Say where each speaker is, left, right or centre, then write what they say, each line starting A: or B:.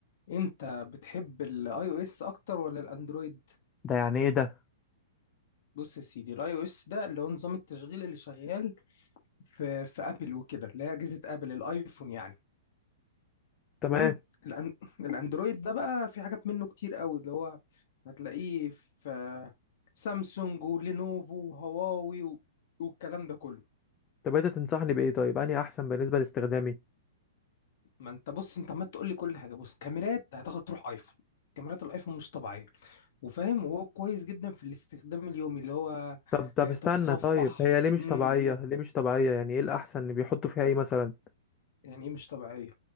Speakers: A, on the left (about 60°); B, on the left (about 25°).
A: انت بتحب الاي او اس اكتر ولا الاندرويد
B: ده يعني ايه ده
A: بص يا سيدي الاي او اس ده اللي هو نظام التشغيل اللي شغال في في ابل وكده اللي هي اجهزه ابل الايفون يعني
B: تمام
A: تمام الأن... الاندرويد ده بقى في حاجات منه كتير قوي اللي هو هتلاقيه في سامسونج ولينوفو وهواوي و... والكلام ده كله
B: طب انت تنصحني بايه طيب اني احسن بالنسبه لاستخدامي
A: ما انت بص انت عمال تقول لي كل حاجه بص كاميرات هتاخد تروح ايفون كاميرات الايفون مش طبيعيه وفاهم وهو كويس جدا في الاستخدام اليومي اللي هو
B: طب طب
A: آه،
B: استنى
A: تتصفح
B: طيب هي ليه مش
A: امم
B: طبيعية
A: امم.
B: ليه مش طبيعية يعني ايه الأحسن اللي بيحطوا فيها ايه مثلا
A: يعني ايه مش طبيعيه